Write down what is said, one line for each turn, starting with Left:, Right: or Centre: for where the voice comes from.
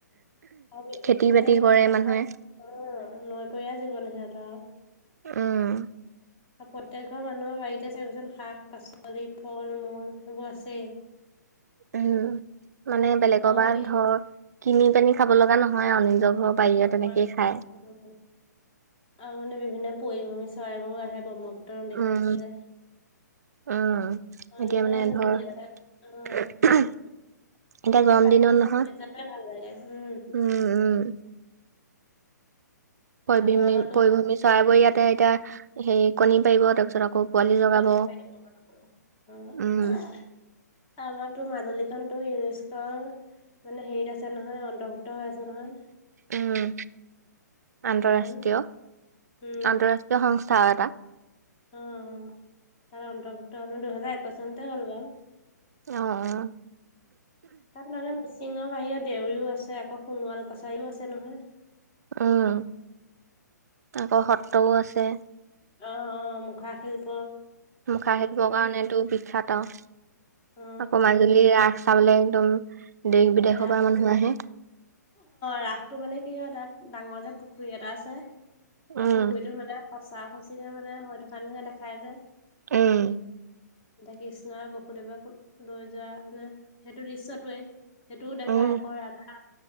Left: আৰু
Right: খেতি
Left: এইটো মানে
Right: বাতি
Left: প্ৰত্যেক
Right: কৰে মানুহে।
Left: ঘৰ অ নৈ পৰীয়া জীৱন সিহঁতৰ।
Right: উম।
Left: আৰু প্ৰত্যেক ঘৰ মানুহৰ বাৰীতে চাবিচোন শাক-পাচলি ফল মূল সেইবোৰ আছেই।
Right: উম, মানে বেলেগৰ
Left: আৰু
Right: পৰা
Left: হেৰি
Right: ধৰ কিনি পানি খাব লগা নহয় আও নিজৰ ঘৰ বাৰিৰে
Left: নহয়
Right: তেনেকেই
Left: নহয়।
Right: খায়।
Left: উম, আৰু মানে বিভিন্ন পৰি ভ্ৰমি চৰাইবোৰ আহে ব্ৰহ্মপুত্ৰৰ নদীখন
Right: উম,
Left: আছে যে।
Right: উম,
Left: অ',
Right: এতিয়া
Left: ইমান
Right: মানে
Left: ধুনীয়া
Right: ধৰ
Left: লাগে। অ'।
Right: এতিয়া
Left: গোটেই
Right: গৰম
Left: প্ৰাকৃতিক
Right: দিনত নহয়
Left: সকলোৱে যাতে ভাল লাগে উম।
Right: উম, উম। পৰিভ্ৰমি
Left: তাৰপিছত আকৌ তোৰ
Right: পৰিভ্ৰমি চৰাইবোৰ ইয়াতে এতিয়া হেৰি কণী পাৰিব তাৰপিছত আকৌ পোৱালি জগাব
Left: কনী পাৰিব কাৰণ উম হুউম
Right: উম,
Left: আমাৰতো মাজুলী খনতো ইউনিস্কৰ মানে হেৰিত আছে নহয় অন্তৰ্ভুক্ত হৈ আছে নহয়।
Right: উম, আন্তৰাষ্ট্ৰীয়
Left: এখন উম
Right: আন্তৰাষ্ট্ৰীয় সংস্থা এটা।
Left: অ' তাৰ অন্তৰ্ভুক্ত হ'ল দুহেজাৰ একৈশ চনতে হ'ল বাৰু।
Right: অ অ
Left: তাৰ মানে মিচিঙৰ বাহিৰেও দেউৰীও আছে আকৌ সোণোৱাল কছাৰীও আছে নহয়।
Right: অঁ আকৌ সত্ৰও আছে।
Left: অঁ, অঁ' মুখাশিল্প।
Right: মুখাশিল্পৰ কাৰণেটো বিখ্যাত আও।
Left: অ
Right: আকৌ মাজুলীৰ ৰাস চাবলে একদম দেশ -বিদেশৰ
Left: ৰাস
Right: পৰা মানুহ আহে।
Left: ৰাসটো মানে কি হয় তাত ডাঙৰকে পুখুৰী এটা আছে। সেই
Right: উম,
Left: পুখুৰীটোত মানে সঁচা- সচিকে মানে হৈ থকা নিচিনা দেখাই যে।
Right: উম,
Left: এতিয়া কৃষ্ণই আৰু বসুদেৱক লৈ যোৱা মানে সেইটো দৃশ্যটোৱে। সেইটোও দেখাই,
Right: উম,
Left: আকৌ ৰাধা